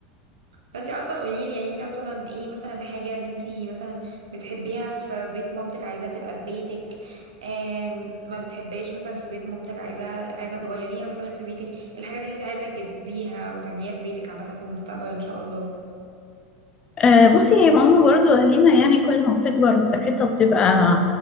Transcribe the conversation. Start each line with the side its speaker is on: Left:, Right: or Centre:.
Right: فانت اصلا قولي لي يعني انت اصلا ايه مثلا الحاجه اللي انت مثلا بتحبيها في بيت مامتك عايزاها تبقى في بيتك آم... ما بتحبهاش مثلا في بيت مامتك عايزاها عايزه تغيريها مثلا في بيتك الحاجات اللي انت عايزه تجدديها وتعمليها في بيتك عامه في المستقبل ان شاء الله
Left: آه، بصي هي ماما برضو أهالينا يعني كل ما بتكبر وصحتها بتبقى